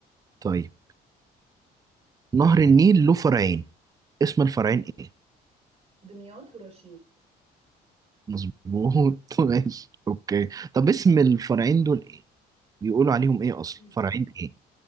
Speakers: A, on the right (about 20°); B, on the right (about 40°).
A: طيب نهر النيل له فرعين اسم الفرعين ايه
B: دمياط ورشيد
A: مظبوط <laughs> ماشي اوكي طب اسم الفرعين دول ايه بيقولوا
B: دمياط
A: عليهم ايه
B: ورشيد
A: اصلا فرعين ايه